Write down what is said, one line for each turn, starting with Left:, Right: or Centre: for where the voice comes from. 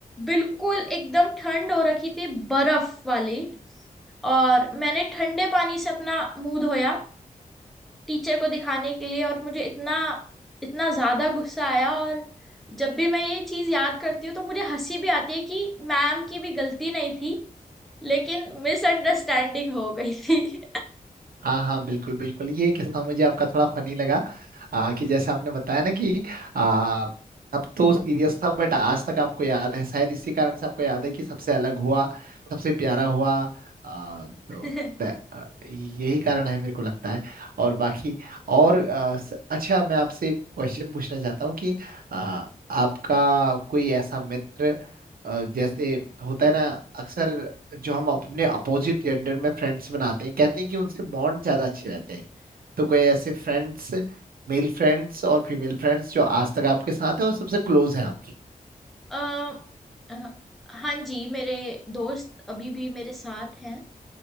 Centre: बिल्कुल एकदम ठंड हो रखी थी बर्फ वाली और मैंने ठंडे पानी से अपना मुंह धोया टीचर को दिखाने के लिए और मुझे इतना इतना ज्यादा गुस्सा आया और जब भी मैं ये चीज याद करती हूँ तो मुझे हंसी भी आती है कि मैम की भी गलती नहीं थी लेकिन मिसअंडरस्टैंडिंग हो गई थी
Right: हाँ हाँ बिल्कुल बिल्कुल ये किस्सा मुझे आपका थोड़ा फनी लगा आ, कि जैसे आपने बताया ना कि आ, अब तो सीरियस था बट आज तक आपको याद है शायद इसी कारण से आपको याद है कि सबसे अलग हुआ सबसे प्यारा हुआ आ, तो
Centre: <laughs>
Right: ब- आ, यही कारण है मेरे को लगता है और बाकी और आ, स- अच्छा मैं आपसे एक क्वेश्चन पूछना चाहता हूँ कि आ, आपका कोई ऐसा मित्र आ, जैसे होता है ना अक्सर जो हम अपने अपोजिट जेंडर में फ्रेंड्स बनाते हैं कहते हैं कि उनसे बॉन्ड ज्यादा अच्छे रहते हैं तो कोई ऐसे फ्रेंड्स मेल फ्रेंड्स और फीमेल फ्रेंड्स जो आज तक आपके साथ हैं और सबसे क्लोज हैं आपकी
Centre: अ, अ, हाँ जी मेरे दोस्त अभी भी मेरे साथ हैं